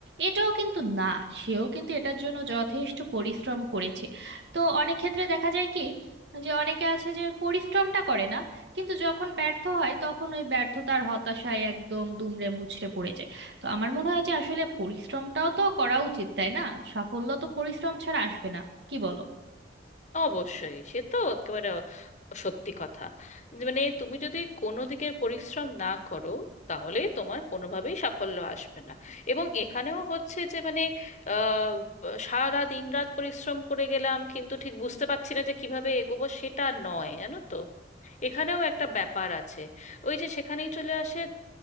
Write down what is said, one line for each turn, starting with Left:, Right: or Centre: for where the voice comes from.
Right: এটাও কিন্তু না সেও কিন্তু এটার জন্য যথেষ্ট পরিশ্রম করেছে তো অনেক ক্ষেত্রে দেখা যায় কি যে অনেকে আছে যে পরিশ্রমটা করে না কিন্তু যখন ব্যর্থ হয় তখন ওই ব্যর্থতার হতাশায় একদম দুমড়ে মুচড়ে পড়ে যায় তো আমার মনে হয় যে আসলে পরিশ্রমটাও তো করা উচিত তাই না সাফল্য তো পরিশ্রম ছাড়া আসবে না কি বলো
Left: অবশ্যই সে তো একেবারে অ- সত্যি কথা যে মানে তুমি যদি কোনো দিকে পরিশ্রম না করো তাহলে তোমার কোনোভাবেই সাফল্য আসবে না এবং এখানেও হচ্ছে যে মানে আহ, সারা দিন রাত পরিশ্রম করে গেলাম কিন্তু ঠিক বুঝতে পারছি না যে কিভাবে এগোবো সেটা নয় জানো তো এখানেও একটা ব্যাপার আছে ওই যে সেখানেই চলে আসে